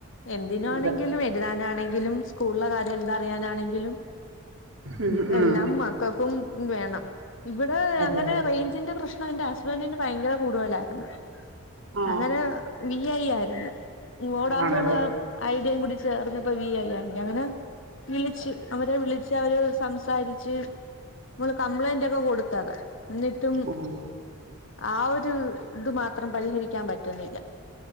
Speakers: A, on the left; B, on the right.
A: എന്തിനാണെങ്കിലും
B: അതെ
A: എത് രാനാണെങ്കി ലും സ്കൂൾലെ കാര്യം എന്താറിയാനാണെങ്കിലും
B: ഉം, ഉം.
A: എല്ലാം മക്കക്കും ഉം വേണം ഇവ്ടെ
B: അതെ
A: അങ്ങനെ
B: അതെ
A: റെയ്ഞ്ചിന്റെ പ്രശ് ന്റെ ഹസ്ബൻന്റിന് ഭയങ്കര കൂടുതലായിര്ന്ന്
B: ആ
A: അങ്ങനെ ഈ യ്‌യ്യായിരുന്നു വോഡാഫോൺ
B: ആണല്ലേ
A: അയ് യും കൂടി ചേർന്നപ്പ വിഅയ്യാം ഞങ്ങടെ വിളിച്ച് അവരെ വിളിച്ച് ര അവര് സംസാരിച്ച് മ്മള് കംപ്ലൈന്റ് ഒക്കെ കൊട്ത്തതാ ന്നിട്ടും
B: ഉം,
A: ആ ഒര് ഇത് ഇതു മാത്രം പരിഹരിക്കാൻ പറ്റ്ന്നില്ല